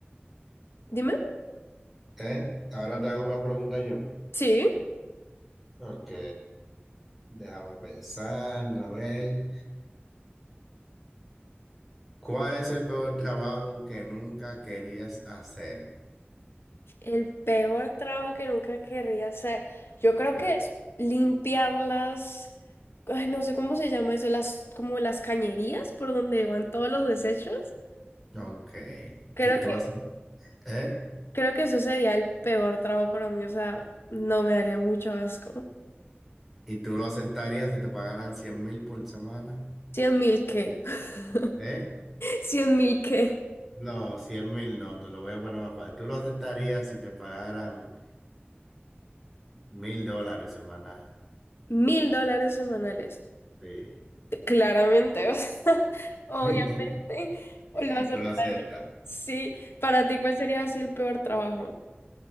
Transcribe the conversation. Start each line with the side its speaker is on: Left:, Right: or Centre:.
Left: dime.
Centre: ¿eh? Ahora te hago una pregunta yo,
Left: Sí.
Centre: ok, déjame pensar, a ver, ¿cuál es el peor trabajo que nunca querías hacer?
Left: El peor trabajo que nunca querría hacer. Yo creo
Centre: Sí.
Left: que es limpiar las, ay, no sé cómo se llama eso, las, como las cañerías por donde van todos los desechos.
Centre: Ok,
Left: Creo
Centre: ¿y tú
Left: que,
Centre: haces, eh?
Left: creo que eso sería el peor trabajo para mí. O sea, no me daría mucho asco.
Centre: ¿Y tú lo aceptarías si te pagaran cien mil por semana?
Left: Cien mil qué. <laughs>
Centre: ¿Eh?
Left: Cien mil qué.
Centre: No, cien mil no, te lo voy a poner más fácil. ¿Tú lo aceptarías si te pagaran mil dólares semanal?
Left: Mil dólares semanales.
Centre: Sí.
Left: Claramente, o sea, <laughs> obviamente.
Centre: <laughs>
Left: Lo aceptaría.
Centre: ¿Lo aceptas?
Left: Sí, para ti, ¿cuál sería así el peor trabajo?